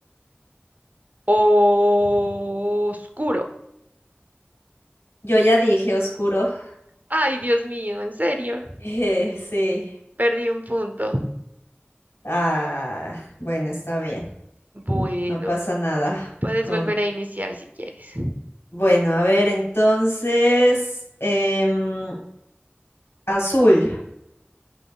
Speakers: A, on the right (about 40°); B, on the left (about 85°).
A: Oscuro.
B: Yo ya dije oscuro. <laughs>
A: Ay, Dios mío, en serio.
B: Eh, sí.
A: Perdí un punto.
B: Ah, bueno, está bien.
A: Bueno,
B: No pasa nada.
A: puedes
B: Con...
A: volver a iniciar si quieres.
B: Bueno, a ver, entonces, em, azul.